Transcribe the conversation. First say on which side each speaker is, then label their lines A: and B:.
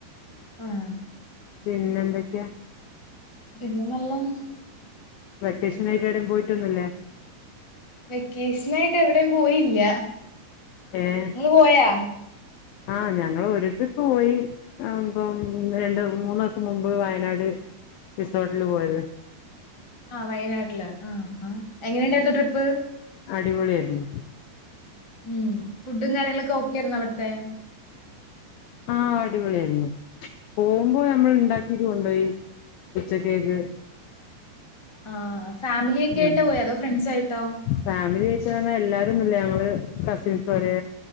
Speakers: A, on the left; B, on the left.
A: ആഹ്
B: പിന്നെന്തെക്കെയാ
A: പിന്നെ നല്ലാണ്
B: വെക്കേഷനായിട്ട് എവിടേം പോയിട്ടൊന്നുല്ലേ
A: വെക്കേഷനായിട്ട് എവിടേം പോയില്ല
B: ഏഹ്
A: ഇങ്ങള് പോയാ?
B: ആഹ് ഞങ്ങള് ഒരുട്രിപ്പ് പോയി ആ ഇപ്പം രണ്ട് മൂന്ന്സം മുമ്പ് വയനാട് റിസോട്ടില് പോയത്
A: ആഹ് വയനാട്ടില് ആഹ് ആഹ് എങ്ങനെണ്ടായിരുന്നു ട്രിപ്പ്
B: അടിപൊളി ആയിരുന്നു
A: ഉം ഫുഡും കാര്യങ്ങളൊക്കെ ഓക്കെയായിരുന്നോ അവിടത്തെ
B: ആഹ് അടിപൊളിയായിരുന്നു പോവുമ്പൊ നമ്മള് ഇണ്ടാക്കിയിട്ട് കൊണ്ടോയി ഉച്ചക്കേക്ക്
A: ആഹ് ഫാമിലിയൊക്കായിട്ടാ
B: ആഹ്
A: പോയെ അതോ ഫ്രണ്ട്സായിട്ടോ
B: ഫാമിലി ആയിട്ട് പറഞ്ഞ എല്ലാരൊന്നുല്ല ഞങ്ങള് കസിൻസ് ഒരേ